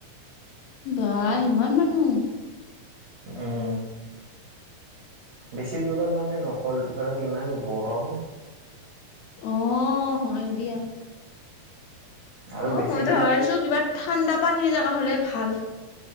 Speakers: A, on the left; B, on the right.
A: বাহ ইমান মানুহ
B: উম বেছি দূৰত মানে নকললো কাৰণ ইমান গৰম
A: অহ হয় দিয়া।
B: আৰু
A: অহ
B: বেছি
A: মই
B: দূৰত
A: তো ভাবিছোঁ কিবা ঠাণ্ডা পানী জগা হ'লে ভাল